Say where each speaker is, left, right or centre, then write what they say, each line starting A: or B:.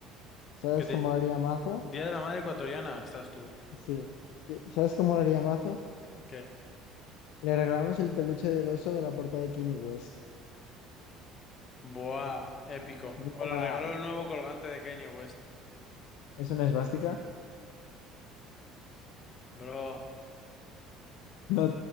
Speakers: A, on the left; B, on the left.
A: ¿Sabes
B: ¿Qué te...
A: qué molaría mazo?
B: Día de la Madre Ecuatoriana, estás tú.
A: Sí. ¿Qué- ¿Sabes qué molaría mazo?
B: ¿Qué?
A: Le regalamos el peluche del oso de la portada de Kanye West.
B: Buah, épico.
A: Guau,
B: O le regaló el nuevo colgante de Kanye West.
A: ¿Es una esvástica?
B: Bro,
A: No,